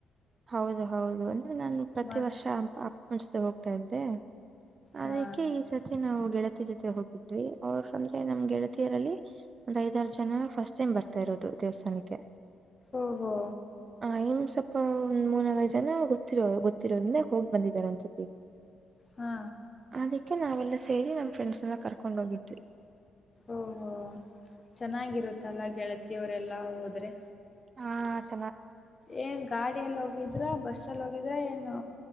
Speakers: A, on the right; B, on the left.
A: ಹೌದು ಹೌದು ಅಂದ್ರೆ ನಾನು ಪ್ರತಿ
B: ಮತ್
A: ವರ್ಷ ಅ ಮುಂಚತೆ ಹೋಗ್ ಆತ್ದೆ ಅದಕ್ಕೆ
B: ಹಾ
A: ಈ ಸತಿ ನಾವು ಗೆಳತ ಜೊತೆ ಹೋಗಿದ್ವಿ ಅವರು ಅಂದ್ರೆ ನಮ್ಗೆ ಗೆಳತಿಯರಲ್ಲಿ ಒಂದ್ ಐದಾರು ಜನ ಫಸ್ಟ್ ಟೈಮ್ ಬರ್ತಾ ಇರೋದು ದೇವಸ್ಥಾನಕ್ಕೆ
B: ಓಹೋ
A: ಆಯ ಸ್ವಲ್ಪ ಒಂದ್ ಮೂರ್ನಾಲ್ಕು ಜನ ಗೊತ್ತಿರೋ ಗೊತ್ತಿರೋದ್ರಿಂದ ಹೋಗಿ ಬಂದಿದಿದ್ದಾರೆ ಒಂದ್ಸತಿ
B: ಹಾ
A: ಅದಕ್ಕೆ ನಾವೆಲ್ಲ ಸೇರಿ ನಮ್ಮ್ ಫ್ರೆಂಡ್ಸ್ ಎಲ್ಲ ಕರೆಕ್ ಕೊಂಡ ಹೋಗಿಿ
B: ಓ ಹೋ ಚೆನ್ನಾಗಿರುತ್ತಲ್ಲ ಗೆಳತಿಯವರೆಲ್ಲ ಹೋದ್ರೆ
A: ಹಾ ಚ
B: ಏನ್ ಗಾಡಿಯಲ್ಲಿ ಹೋಗಿದ್ರ ಬಸ್ಲ್ಲಿ ಹೋಗಿದ್ರೆ ಏನು